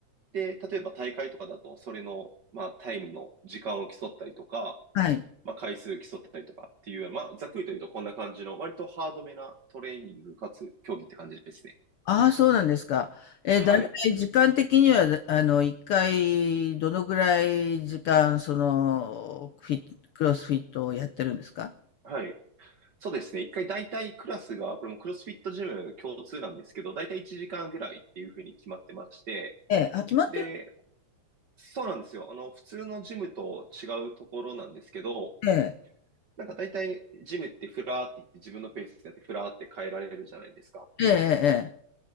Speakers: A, on the right; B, on the left.
A: で、例えば大会とかだと、それの、まあ、タイムの時間を競ったりとか、
B: はい。
A: まあ、回数競ったりとかっていう、まあ、ざっくりと言うとこんな感じの、割とハードめなトレーニングかつ競技って感じですね。
B: ああ、そうなんですか。え、
A: はい。
B: だいたい時間的には、あの、一回、どのぐらい時間、その、フィット、クロスフィットをやってるんですか
A: はい。そうですね。一回大体クラスが、これもクロスフィットジム共通なんですけど、大体1時間ぐらいっていうふうに決まってまして、
B: ええ、あ、決まってる。
A: で、そうなんですよ。あの、普通のジムと違うところなんですけど、
B: ええ、
A: なんか大体ジムってフラーって言って自分のペースでやってフラーって変えられるじゃないですか。
B: ええ、